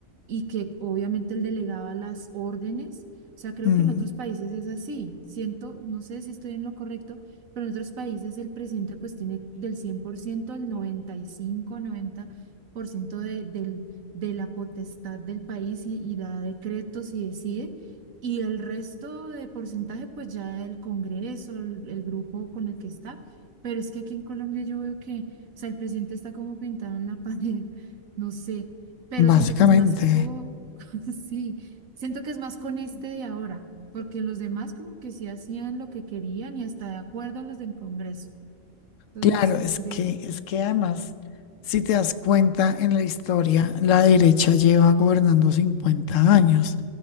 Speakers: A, on the right; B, on the left.
A: y que obviamente él delegaba las órdenes. O sea, creo
B: Mm,
A: que en otros países es así. Siento, no sé si estoy en lo correcto, pero en otros países el presidente pues tiene del 100% al noventa noventa y cinco noventa por ciento de, del, de la potestad del país y, y da decretos y decide. Y el resto de porcentaje, pues ya el Congreso, el, el grupo con el que está. Pero es que aquí en Colombia yo veo que, o sea, el presidente está como pintado en la pared, <laughs> no sé, pero
B: básicamente.
A: siento que es más co, <laughs> sí, siento que es más con este de ahora, porque los demás como que sí hacían lo que querían y hasta de acuerdo a los del Congreso. Entonces,
B: Claro,
A: no sé,
B: es
A: veo.
B: que, es que además, si te das cuenta en la historia, la derecha lleva gobernando 50 años,